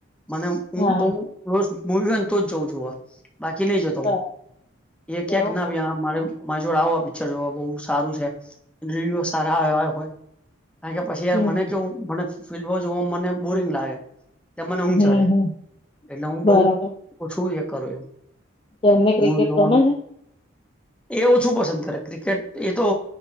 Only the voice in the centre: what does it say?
મને હું હું
બઉ તો <inaudible> મૂવી હોય ન તો જઉં જોવા બાકી નઈ જતો
હું એ ક્યાંક
ના વ્યા મારે મારે જોડે આવા પિક્ચર જોવા, બહુ સારું છે, રિવ્યુ સારા આયવા હોય કારણ કે પછી યાર
મને કેવું મને ફિલ્મો જોવુ મને બોરિંગ લાગે એટલે મને ઊઘ
ચડે
એટલે હું
બઉ ઓછું એ કરું.
મૂવી જોવાનું
એ ઓછું પસંદ કરે ક્રિકેટ એ તો